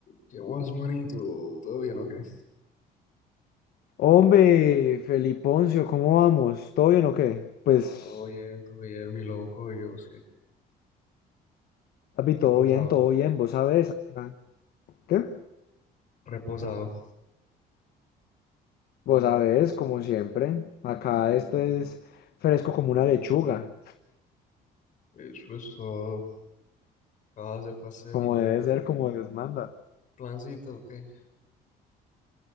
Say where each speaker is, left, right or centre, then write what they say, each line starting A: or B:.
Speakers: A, on the left; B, on the left.
A: ¿Qué más, manito? ¿Todo bien o qué?
B: Hombre, Feliponcio, ¿cómo vamos? ¿Todo bien o qué? Pues,
A: Todo bien, todo bien, mi loco, yo sí.
B: papi, todo
A: Reposado,
B: bien, todo bien, vos sabés acá. ¿Qué?
A: reposado.
B: Vos sabés, como siempre, acá
A: <laughs>
B: esto es fresco como una lechuga,
A: Eso es todo. ¿Qué vas a hacer para este
B: como
A: fin
B: debe
A: de?
B: ser, como Dios manda.
A: ¿Plancito o qué?